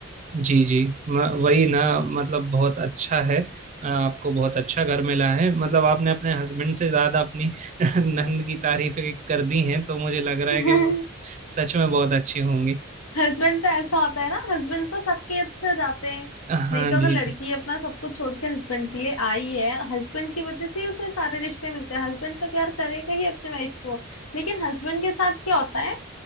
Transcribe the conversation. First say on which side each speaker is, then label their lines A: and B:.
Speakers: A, on the right; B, on the left.
A: जी जी म- वही ना मतलब बहुत अच्छा है अ, आपको बहुत अच्छा घर मिला है मतलब आपने अपने हस्बैंड से ज्यादा अपनी <laughs> नंद की तारीफें कर दी हैं तो मुझे लग रहा
B: <laughs>
A: है कि वो सच में बहुत अच्छी होंगी
B: हस्बैंड तो ऐसा होता है ना हस्बैंड तो सबके अच्छे हो जाते हैं
A: हाँ
B: नहीं तो अगर
A: जी
B: लड़की
A: जी
B: अपना सब कुछ छोड़ के हस्बैंड के लिए आई है हस्बैंड की वजह से ही उसे सारे रिश्ते मिलते हैं हस्बैंड तो प्यार करेगा ही अपने वाइफ को लेकिन हस्बैंड के साथ क्या होता है